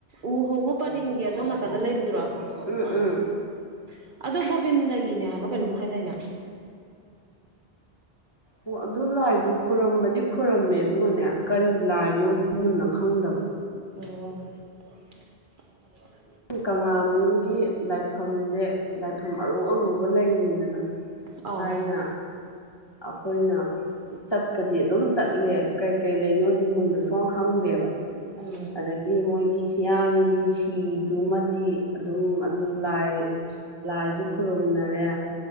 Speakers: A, on the right; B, on the left.
A: ꯎ ꯍꯧꯕ ꯄꯔꯦꯡꯒꯤ ꯑꯗꯣꯝ ꯅꯥꯀꯟꯗ ꯂꯩꯕꯗꯨꯔꯣ <unintelligible>
B: ꯎꯝ ꯎꯝ
A: ꯒꯣꯕꯤꯟꯗꯒꯤꯅꯦ ꯍꯥꯏꯕ꯭ꯔꯣ ꯀꯩꯅꯣꯝ ꯍꯥꯏꯗꯥꯏꯅ
B: ꯑꯣ ꯑꯗꯨ ꯂꯥꯏꯗꯨꯣ ꯈꯣꯏꯔꯝꯕꯗꯤ ꯈꯔꯝꯃꯦ ꯑꯗꯨꯒꯅꯦ ꯀꯔꯤ ꯂꯥꯏꯅꯣ ꯃꯨꯟꯅ ꯈꯪꯗꯕ
A: ꯑꯣ <unintelligible> ꯑꯣ
B: ꯀꯪꯂꯥ ꯃꯅꯨꯡꯒꯤ ꯂꯥꯏꯐꯝꯁꯦ ꯂꯥꯏꯐꯝ ꯑꯔꯨ ꯑꯔꯨꯕ ꯂꯩꯅꯤꯗꯅ
A: ꯑꯥꯎ
B: ꯊꯥꯏꯅ ꯑꯩꯈꯣꯏꯅ ꯆꯠꯄꯗꯤ ꯑꯗꯨꯝ ꯆꯠꯂꯦ ꯀꯩ ꯀꯩ ꯂꯩꯅꯣꯗꯤ ꯃꯨꯟꯅ ꯁꯨꯡ ꯈꯪꯗꯦꯕ
A: ꯎꯝ
B: ꯑꯗꯒꯤ ꯃꯣꯏꯒꯤ ꯍꯤꯌꯥꯡꯒꯤ ꯁꯤꯗꯨꯃꯗꯤ ꯑꯗꯨꯝ ꯑꯗꯨ ꯂꯥꯏ ꯂꯥꯏꯁꯨ ꯈꯨꯔꯨꯝꯅꯔꯦ